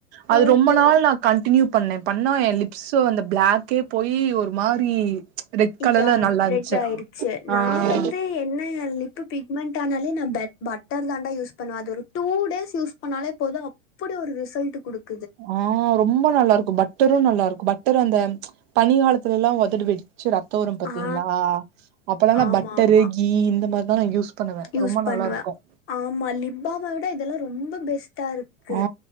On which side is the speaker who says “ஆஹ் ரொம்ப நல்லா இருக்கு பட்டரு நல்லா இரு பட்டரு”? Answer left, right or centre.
Right